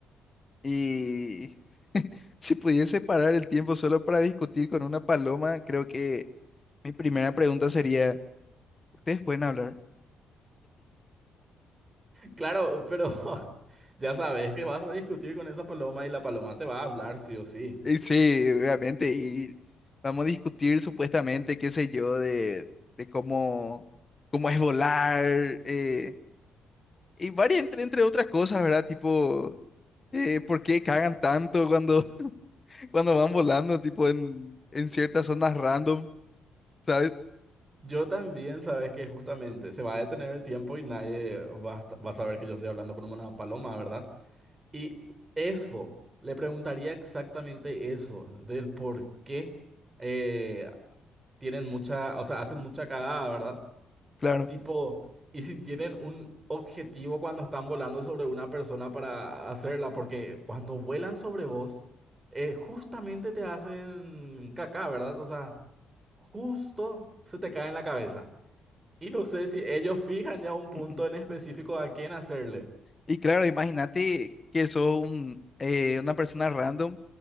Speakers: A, on the left; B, on the right.
A: Y <laughs> si pudiese parar el tiempo solo para discutir con una paloma, creo que mi primera pregunta sería, ¿ustedes pueden hablar?
B: Claro, pero <laughs> ya sabes que vas a discutir con esa paloma y la paloma te va a hablar sí o sí.
A: Y sí, obviamente, y vamos a discutir supuestamente, qué sé yo, de, de cómo, cómo es volar, eh, y varias, entre, entre otras cosas, ¿verdad? Tipo, eh, ¿por qué cagan tanto cuando, <laughs> cuando van volando, tipo, en, en ciertas zonas random, ¿sabes?
B: Yo también sabes que justamente se va a detener el tiempo y nadie va a, esta- va a saber que yo estoy hablando con una paloma, ¿verdad? Y eso, le preguntaría exactamente eso, del por qué eh, tienen mucha, o sea, hacen mucha cagada, ¿verdad?
A: Claro.
B: Tipo, y si tienen un objetivo cuando están volando sobre una persona para hacerla, porque cuando vuelan sobre vos, eh, justamente te hacen caca, ¿verdad? O sea, justo se te cae en la cabeza. Y no sé si ellos fijan ya un punto
A: <clears throat>
B: en específico a quién hacerle.
A: Y claro, imagínate que sos un, eh, una persona random